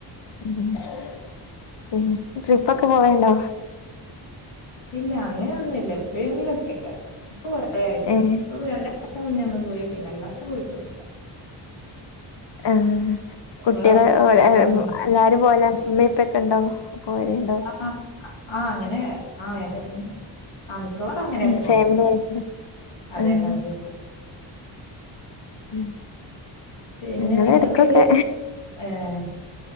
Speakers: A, on the left (about 65°); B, on the left (about 85°).
A: <unintelligible> ട്രിപ്പൊക്കെ പോവൽണ്ടോ?
B: ഇല്ല അങ്ങനൊന്നുംല്ല എപ്പയേങ്കിലും ഒക്കെ ഇപ്പൊ കൊറെ ആയിട്ടല്ലോ
A: ഏഹ്
B: ഇപ്പോ രണ്ട് സം മുന്നേ ഒന്ന് പോയിട്ടില്ല അല്ലാതെ പോയിട്ടൊന്നുല്ല.
A: ഏഹ്
B: നിങ്ങളോ
A: കുട്ട്യള് <unintelligible>
B: പോകാറുണ്ടോ
A: എല്ലാരും പോവല ഇമ്മിം ഇപ്പക്കെ ഇണ്ടോ പോരേണ്ടോ?
B: ആഹ് ആഹ് അങ്ങനെ ആഹ് <unintelligible> ആ മിക്കവാറും അങ്ങനെയ
A: ഉം
B: പോകല്
A: ഫാമിലി ആയിരുന്നു
B: <unintelligible>
A: ആഹ് ഉം
B: പിന്നെ
A: ഞങ്ങള്
B: നിങ്ങളെ
A: എടക്കൊക്കെ
B: വീട് ഏഹ്